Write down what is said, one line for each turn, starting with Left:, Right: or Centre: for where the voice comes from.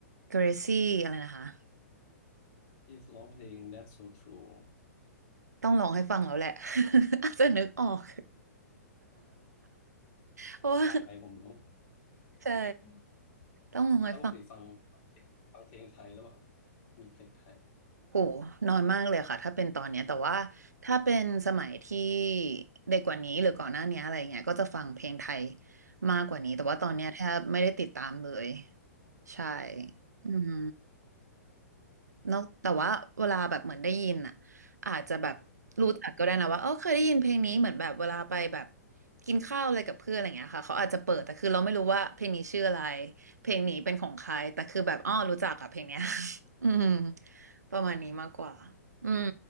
Right: Gracie อะไรนะคะ
Left: ที่ร้องเพลง That's So True
Right: ต้องลองให้ฟังแล้วแหละ <laughs> อาจจะนึกออกเพราะว่า
Left: ยากไหมผมรู้
Right: ใช่
Left: อ
Right: ต้องลองให้ฟัง
Left: แล้วปกติฟังฟังเพลงฟังเพลงไทยแล้วเปล่ามีเพลงไทยแ
Right: โหน้อยมากเลยค่ะถ้าเป็นตอนเนี้ยแต่ว่าถ้าเป็นสมัยที่เด็กกว่านี้หรือก่อนหน้านี้อะไรเงี้ยก็จะฟังเพลงไทยมากกว่านี้ แต่ว่าตอนเนี้ยแทบไม่ได้ติดตามเลย ใช่อืม นอกแต่ว่าเวลาแบบเหมือนได้ยินอ่ะอาจจะแบบรู้จักก็ได้นะว่าเออเคยได้ยินเพลงนี้เหมือนแบบเวลาไปแบบ
Left: บบ
Right: กินข้าวอะไรกับเพื่อนอะไรอย่างเงี้ยค่ะเขาอาจจะเปิดแต่คือเราไม่รู้ว่าเพลงนี้ชื่ออะไรเพลงนี้เป็นของใครแต่คือแบบอ้อรู้จักกับเพลงเนี้ย <laughs> อืมประมาณนี้มากกว่าอืม